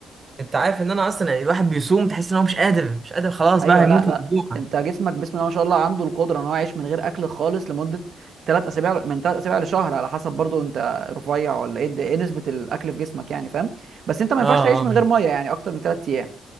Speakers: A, on the right; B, on the right.
A: انت عارف ان انا اصلا يعني الواحد بيصوم تحس ان هو مش قادر مش قادر خلاص
B: ايوه
A: بقى هيموت
B: لا لا
A: من الجوع
B: انت جسمك بسم الله ما شاء الله عنده القدره ان هو يعيش من غير اكل خالص لمده ثلاث اسابيع من ثلاث اسابيع لشهر على حسب برضو انت رفيع ولا ايه الد- ايه نسبه الاكل في جسمك يعني فاهم بس انت ما ينفعش
A: اه
B: تعيش
A: اه
B: من غير ميه يعني اكتر من ثلاث ايام